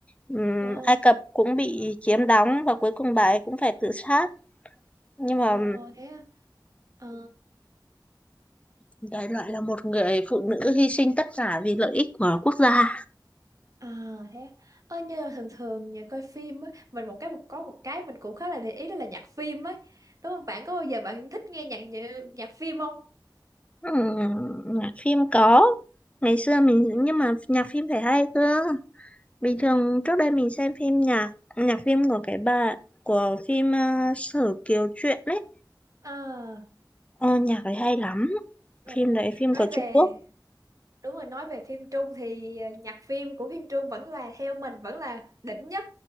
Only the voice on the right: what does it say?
Ồ,
ồ,
ồ, thế à? Ờ,
à, thế à. Ờ, như là thường thường nhà coi phim á, mình một cái một có một cái mình cũng khá là để ý đó là nhạc phim ấy. Đúng không? Bạn có bao giờ bạn thích nghe nhạc nhạc phim không?
Ừ.
À,
rồi,
nói
về
đúng rồi nói về phim Trung thì ờ, nhạc phim của phim Trung vẫn là theo mình vẫn là đỉnh nhất